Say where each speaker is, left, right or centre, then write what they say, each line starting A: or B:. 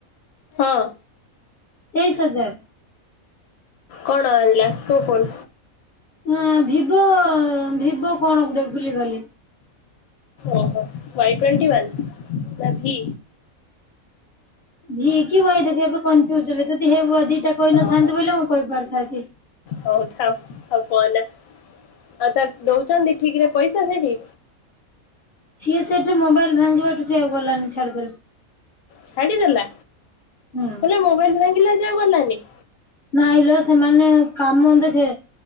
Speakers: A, on the left; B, on the left.
A: ହଁ।
B: ତେଇଶି ହଜାର।
A: କଣ ଆଣିଲା କୋଉ ଫୋନ?
B: ହଁ ଭିଭୋ ଭିଭୋ କଣ ଗୋଟେ ଭୁଲିଗଲି।
A: ଓହୋ ୱାଇ ଟ୍ୱଣ୍ଟିୱାନ ନା ଭି?
B: ଭି କି ୱେଇ ଦେଖ ଏବେ କନଫ୍ୟୁଜ ହେଲେ ଯଦି ହେବୁଆ ଦିଟା କହିନଥାନ୍ତି
A: ଓହୋ
B: ବୋଇଲେ ମୁଁ କହିପାରିଥାନ୍ତି।
A: ହଉ ଥାଉ। ଆଉ କହନା, ଆଉ ତା ଦଉଚନ୍ତି ଠିକ୍ ରେ ପଇସା ସେଠି?
B: ସିଏ ସେଇଠି ମୋବାଇଲ ଭାଙ୍ଗିବାଠୁ ସେ ଆଉ ଗଲାନି ଛାଡିଦେଲା।
A: ଛାଡିଦେଲା
B: ହୁଁ।
A: ହେଲେ ମୋବାଇଲ୍ ଭାଙ୍ଗିଲା ଯେ ଆଉ ଗଲାନି।
B: ନାଇଁଲୋ ସେମାନେ କାମ ଦେଖେ